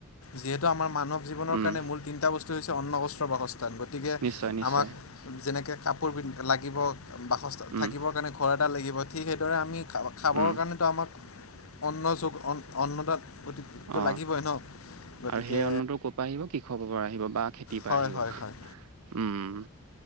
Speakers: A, on the left; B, on the right.
A: যিহেতু আমাৰ মানৱ জীৱনৰ
B: উম
A: কাৰণে মূল তিনিটা বস্তু হৈছে, অন্নগস্ৰ বাসস্থান, গতিকে
B: নিশ্চয় নিশ্চয়
A: আমাক যেনেকে কাপোৰ পিন, লাগিব, বাসস্থ
B: উম
A: থাকিবৰ কাৰণে ঘৰ এটা লাগিব। ঠিক সেইদৰে আমি খ, খাবৰ
B: উম
A: কাৰণেতো আমাক অন্ন যুগ অন্নদাত অতিক্ত
B: অ
A: লাগিবই ন'। গতিকে
B: আৰু সেই অন্নটো ক'ৰ পৰা আহিব, কি কৃষক পৰা আহিব বা খেতিৰ
A: হয়
B: পৰা আহিব,
A: হয় হয়
B: উম।